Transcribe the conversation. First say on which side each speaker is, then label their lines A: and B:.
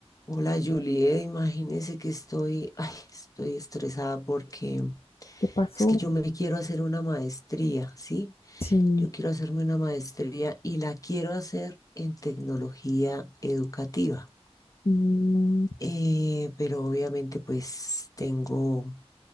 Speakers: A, on the left (about 30°); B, on the left (about 65°).
A: Hola Juliet, imagínese que estoy, ay, estoy estresada porque
B: ¿Qué pasó?
A: es que yo me quiero hacer una maestría, ¿sí?
B: Sí.
A: Yo quiero hacerme una maestría y la quiero hacer en tecnología educativa.
B: Mm,
A: Eh, pero obviamente pues tengo